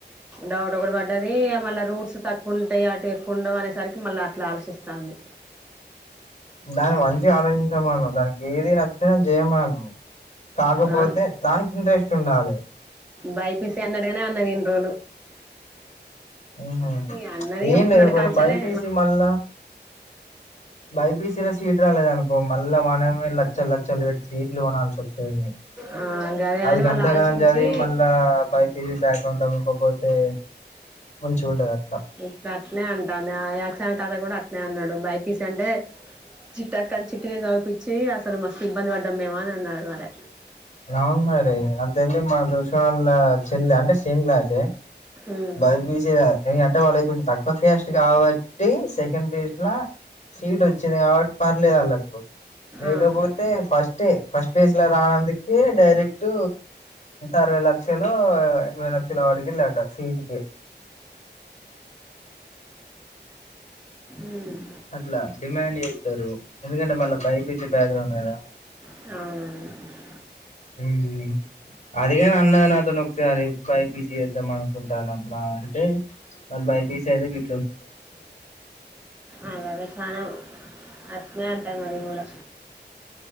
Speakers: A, in the centre; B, on the left.
A: డౌట్ ఒకటి పడ్డది మళ్ళ రూట్స్ తక్కువ ఉంటాయి అటు ఎక్కువ ఉండవు అనేసరికి మళ్ళీ అట్లా ఆలోచిస్తంది
B: దాన్ని మంచి ఆలోచించమను దానికి ఏది నచ్చ జయమాను కాకపోతే
A: ఆ
B: దానికి ఇంట్రెస్ట్ ఉండాలి
A: బైపిసి అన్నట్టుగానే అన్నది ఇన్ని రోజులు
B: ఉహు
A: ఇగ అన్నది
B: ఏం
A: మొన్నటి
B: లేదు ఒకవేళ
A: కాంచెలే
B: బైపీసి మళ్ళా బైపీసీల సీట్ రాలేదు అనుకో మళ్ళ మనమే లచ్చలు లచ్చలు పెట్ సీట్లు కొనాల్సి వస్తది
A: ఆ గదే
B: అది
A: అని
B: గంతగానం
A: మళ్ళీ ఆలోచించి
B: చదివి మళ్ళా బైపీసి బ్యాక్గ్రౌండ్ తగులుకోక పోతే తే మంచిగుండదు అట్లా
A: ఇప్పు అట్నే అంటాను యాకసమి తాత కూడా అట్నే అన్నాడు బైపీసి అంటే చుట్టక్కని చిట్టినే చదిపించి అసలు మస్తు ఇబ్బంది పడ్డాం మేము అని అన్నాడు మరి
B: అవును మరి అంతేందుకు మన దోషగానోళ్ళ చెల్లి అంటే సేమ్ క్లాసే
A: ఉమ్
B: బై పీ సి ఇంగ అంటే వాళ్ళకి కొంచెం తక్కువ కాస్ట్ కాబట్టి సెకండ్ పేజ్లా సీట్ వచ్చింది కాబట్టి పర్లేదు అళ్ళకు లేకపోతే
A: ఆహా
B: ఫస్టే ఫస్ట్ ఫేస్ లో రానందుకె డైరెక్ట్ అరవై లక్షలు ఎనభై లక్షలో అడిగిల్లట సిట్ కి
A: ఉమ్
B: అట్ల డిమాండ్ చేస్తారు ఎందుకంటే మళ్ళా బైపిసి బ్యాక్గ్రౌండ్ కదా
A: అవును
B: ఉమ్ అదిగాని అన్నది నాతోను ఒకసారి బైపీసి చేద్దాం అనుకుంటానన్న అంటే ఆ బై పి సి అయితే గి
A: అదే అదే చానా <unintelligible> నే అంటాను అది కూడా